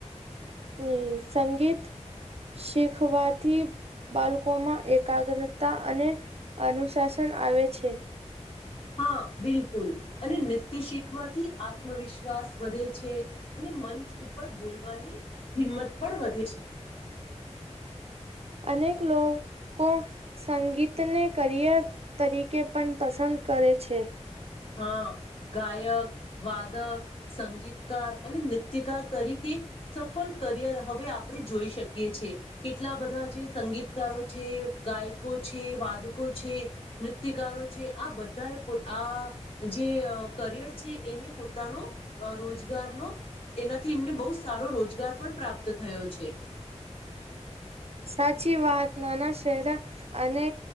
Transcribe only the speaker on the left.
હા બિલકુલ, અને નૃત્ય શીખવાથી આત્મવિશ્વાસ વધે છે, ને મંચ ઉપર બોલવાની હિંમત પણ વધે છે.
હા ગાયક, વાદ દ- સંગીતકાર અને નિત્યકાર તરીકે સફલ કરિયર હવે આપણે જોઈશું. શકીએ છે. કેટલા બધા જે સંગીતકારો છે, ગાયકો છે, વાદકો છે નૃત્યકારો છે. આ બધાએ પો આ-આ જે અ કરિયર છે એને પોતાનો અ રોજગારનો એનાથી એમને બહુ સારો રોજગાર પણ પ્રાપ્ત થયો છે.